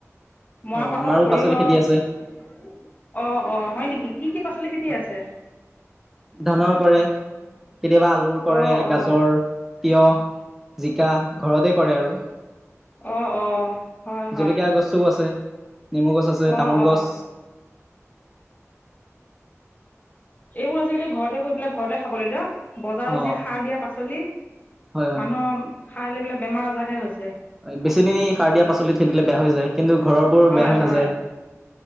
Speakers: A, on the left; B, in the centre.
A: মৰা
B: অ আমাৰো
A: পাতৰ
B: পাচলি খেতি
A: সৰিয়হ
B: আছে
A: অ', -অ'। হয় নেকি কি কি পাচলি খেতি
B: হয়
A: আছে।
B: ধানৰ কৰে, কেতিয়াবা আলুৰ কৰে,
A: অ'
B: গাজৰ-তিয়হ।
A: অ'
B: জিকা ঘৰতে কৰে আৰু
A: অ', -অ'। হয় হয়
B: জলকীয়া গছোও আছে। নেমু গছ আছে,
A: অ'
B: তামোল
A: অ'
B: গছ
A: অ' এইবোৰ আজিকালি ঘৰতে কৰি পেলাই ঘৰতে খাব লাগে বজাৰত
B: অ
A: যি সাৰ দিয়া পাচলি,
B: হয়
A: মানুহৰ সাৰ লৈ পেলে বেমাৰ-আজাৰহে হৈছে।
B: বেছি দিন সাৰ দিয়া পাচলি থৈ দিলে বেয়া হৈ যায়। কিন্তু ঘৰৰ বোৰ
A: হয়
B: বেয়া হৈ
A: হয়
B: নাযায়।